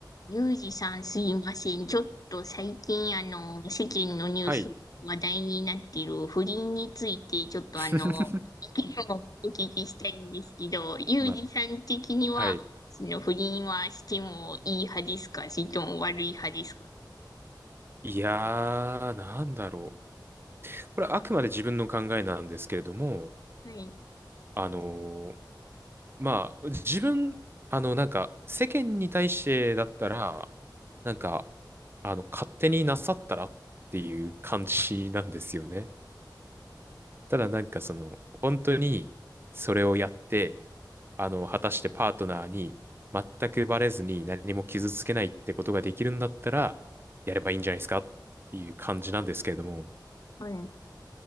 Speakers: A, on the left (about 50°); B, on the right (about 30°).
A: ゆうじさんすいません。ちょっと最近あの、世間のニュース話題になっている不倫についてちょっとあの、
B: はい。<laughs>
A: <laughs> 意見をお聞きしたいんですけど、ゆうじさん的には、
B: まあ、はい。
A: その不倫はしてもいい派ですかそれとも悪い派ですか
B: いやー、なんだろう。これあくまで自分の考えなんですけれども、
A: はい。
B: あのーまあ、自分、あの、なんか、世間に対してだったら、なんか、あの、勝手になさったらっていう感じなんですよね。ただなんかその、本当にそれをやって、あの、果たしてパートナーに全くバレずに何も傷つけないってことができるんだったら、やればいいんじゃないですかっていう感じなんですけれども、
A: はい。